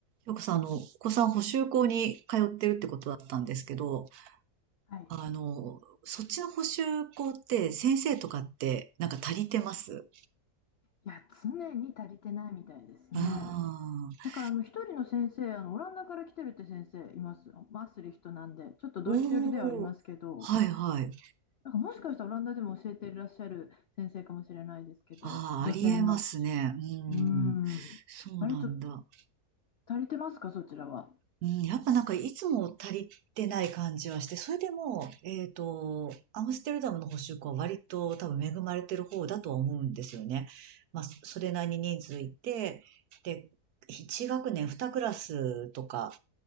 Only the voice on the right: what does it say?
よくさん、あの、お子さん補習校に通ってるってことだったんですけど、
あの、そっちの補習校って先生とかってなんか足りてます
ああ
ー、おー、はいはい。
ああ、
ありえますね。う
ん。そうなんだ。
うん、やっぱなんかいつも足りてない感じはして、それでも、えっと、アムステルダムの保守校は割と多分恵まれてる方だとは思うんですよね。まあ、そそれなりに人数いて、で、1学年2クラスとか